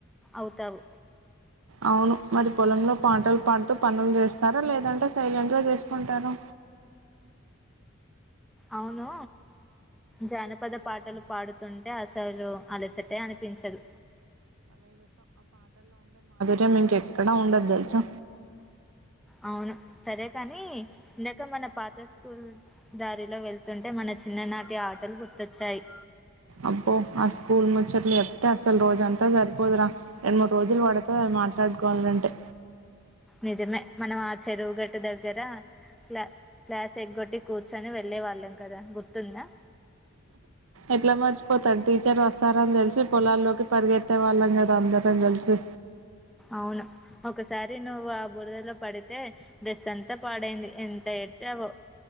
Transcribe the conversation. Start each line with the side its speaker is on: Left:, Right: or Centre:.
Centre: అవుతావు.
Right: అవును మరి పొలంలో పాటలు పాడుతూ పనులు చేస్తారా లేదంటే సైలెంట్గా చేసుకుంటారా.
Centre: అవును జానపద పాటలు పాడుతుంటే అసలు అలసటే అనిపించదు.
Right: మేం మీంకెక్కడా ఉండదు తెలుసా
Centre: అవును సరే కాని ఇందాక మన పాత స్కూల్ దారిలో వెళ్తుంటే మన చిన్ననాటి ఆటలు గుర్తొచ్చాయ్.
Right: అబ్బో ఆ స్కూల్ ముచ్చట్లు చెప్తే అసలు రోజు అంతా సరిపోదురా రెండు మూడు రోజులు పడతది మాట్లాడుకోవాలంటే.
Centre: నిజమే మనం ఆ చెరువుగట్టు దగ్గర క్లా క్లాస్ ఎగ్గొట్టి కూర్చొని వెళ్ళే వాళ్ళం కదా గుర్తుందా.
Right: ఎట్లా మర్చిపోతాం టీచర్ వస్తారని తెలిసి పొలాల్లోకి పరిగెత్తే వాళ్ళం కదా అందరం కలిసి.
Centre: అవును ఒకసారి నువ్వు ఆ బురదలో పడితే, బెస్ట్ అంతా పాడైంది ఎంత ఏడ్చావో